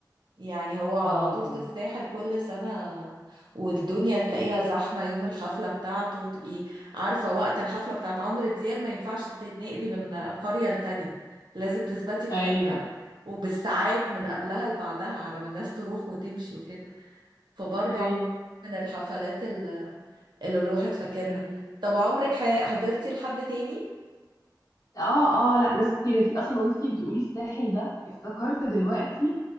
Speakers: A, on the right; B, on the left.
A: يعني هو على
B: اه
A: طول
B: طبعا
A: في الساحل كل سنة والدنيا تلاقيها زحمة يوم الحفلة بتاعته تبقي عارفة وقت الحفلة بتاعت عمرو دياب ما ينفعش تتنقلي من قرية لتانية لازم تثبتي في
B: ايوه
A: حتة وبالساعات من
B: مم.
A: قبلها لبعدها على ما الناس تروح وتمشي وكده فبرضه
B: ايوه
A: من الحفلات ال- اللي الواحد فاكرها
B: مم.
A: طب عمرك ح- حضرتي لحد تاني؟
B: اه اه لا ناس كتير انتي اصلا وانتي بتقولي الساحل ده افتكرت دلوقتي